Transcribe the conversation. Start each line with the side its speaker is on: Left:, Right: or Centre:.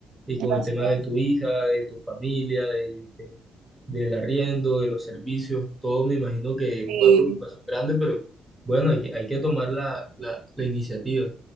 Centre: y con
Right: Así
Centre: el tema
Right: es.
Centre: de tu hija, de tu familia, de, de- del arriendo, de los servicios, todo me imagino que es
Right: Y
Centre: una preocupación grande, pero bueno, hay que, hay que tomar la, la, la iniciativa.